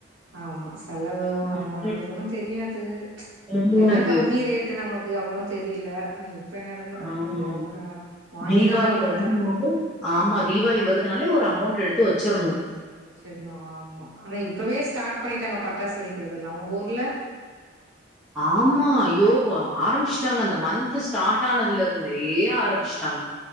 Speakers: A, on the right; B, in the centre.
A: ஆமா செலவு
B: ம்
A: ஆமா நமளுக்கு ஒன்னு தெரியாது
B: தெரியாது
A: எல்லா கம்மி ரேட்டு நமக் இது அவ்ளோ தெரியல ஆனா இப்ப என்னடான்னா
B: அஹ்
A: ரொம்ப ஓவரா வாங்கிதா
B: தீவாளி
A: ஆகணுன்ற
B: வருதுனலே ஆமா தீவாளி வருதுனாலே ஒரு அமௌண்ட் எடுத்து வச்சிறணு
A: வெச்சிட்ணு ஆமா ஆனா இப்பவே ஸ்டார்ட் பண்ணிட்டாங்க பட்டாஸ் வெடிக்கிறதுல்லா உங்க ஊர்ல
B: ஆமா அய்யோ ப ஆரமிச்ட்டாங்க இந்த மந்த் ஸ்டார்ட் ஆனதுலருந்தே ஆரமிச்ட்டாங்க